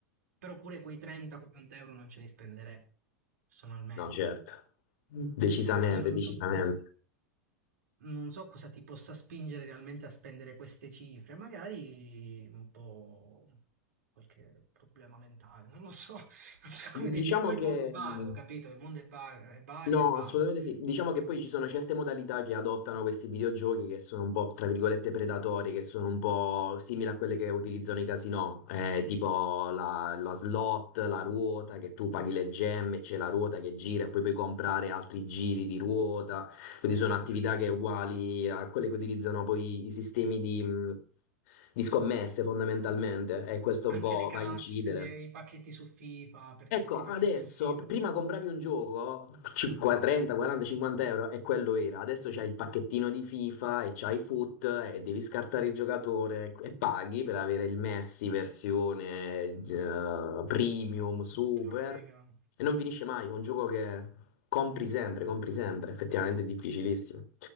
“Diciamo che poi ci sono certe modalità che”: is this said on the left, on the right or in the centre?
Left